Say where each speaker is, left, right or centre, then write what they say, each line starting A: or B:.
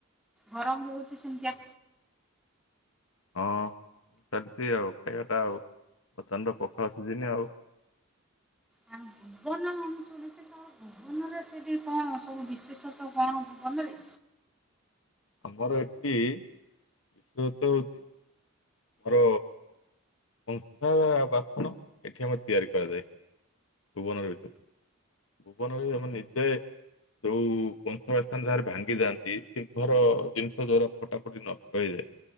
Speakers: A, in the centre; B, on the left.
A: ଗରମ ବି ହଉଛି ସେମିତିଆ
B: ହଁ ଚାଲିଛି ଆଉ ଖାଇବାଟା ଆଉ ପ୍ରଚଣ୍ଡ ପୋଖାଳ ସିଝିନି ଆଉ
A: ଆ ଭୁବ ଶୁଣିଥିଲ ଆ ଭବନରେ ସେଠି କଣ ସବୁ ବିଶେଷତ୍ୱ କଣ ଭବନରେ
B: ଆମର ଏଠି ବିଶଥ ହଉଛି ମୋର କଂସା ବାସନ ଏଠି ମର ତିଆରି କରାଯାଏ ଭୁବନର ଭିତରେ ଭୁବନରେ ଆମେ ନିଜେ ଯୋଉ କଂସ ସ୍ଥାନ ଯାରେ ଭାଙ୍ଗି ଯାଆନ୍ତି ସିଲଭର ଜିନିଷ ଯଵା ଫଟା ଫଟି ନଷ୍ଟ ହେଇଯାଏ